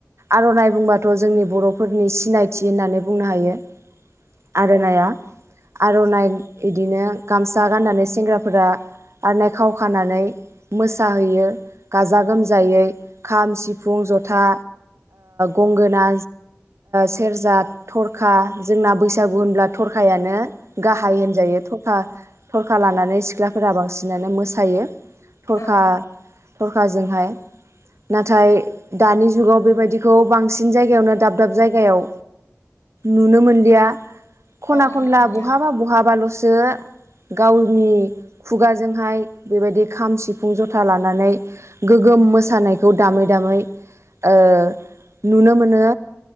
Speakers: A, on the right; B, on the left.
A: आर'नाइ बुंबाथ' जोंनि बर'फोरनि सिनायथि होननानै बुंनो हायो। आर'नाइआ आर'नाइ बिदिनो गामसा गाननानै सेंग्राफोरा आरनायइ खाव खानानै मोसाहैयो। गाजा गोमजायै खाम सिफुं जथा गंगोना सेरजा थरखा जोंना बैसागु होनब्ला थरखायानो। गाहाय होनजायो थखा थरखा लानानै सिख्लाफोरा बांसिनानो मोसायो।
B: औ
A: थरखा
B: औ
A: थरखाजोंहाय नाथाय दानि जुगाव बेबायदिखौ बांसिन जायगायावनो दाब दाब जायगायाव। नुनो मोनलिया। ख'ना
B: नुनो
A: ख'नला
B: मोनलिया
A: बहाबा बहाबा लसो यो गावनि खुगाजोंहाय बेबायदि खाम, सिफुं, ज'था लानानै गोग्गोम मोसानायखौ दामै दामै ओ नुनो मोनो।